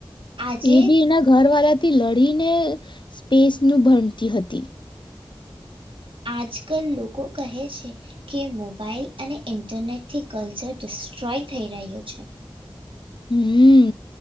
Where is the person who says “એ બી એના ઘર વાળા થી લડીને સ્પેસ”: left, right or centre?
Left